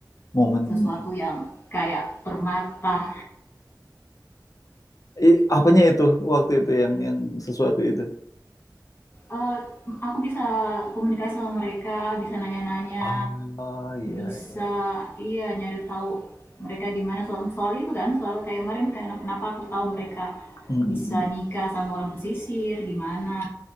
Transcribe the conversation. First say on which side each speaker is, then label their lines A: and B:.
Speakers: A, on the left; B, on the left.
A: Momen
B: sesuatu
A: nih.
B: yang kayak permata
A: I- apanya itu waktu itu yang yang sesuatu itu?
B: Eee, aku bisa komunikasi sama mereka, bisa nanya-nanya,
A: Ah, iya
B: bisa
A: iya.
B: iya, nyari tahu mereka gimana soal soal itu kan, soal kayak kemarin kayak kenapa aku tahu mereka
A: Mm, mm,
B: bisa
A: mm.
B: nikah sama orang pesisir, gimana,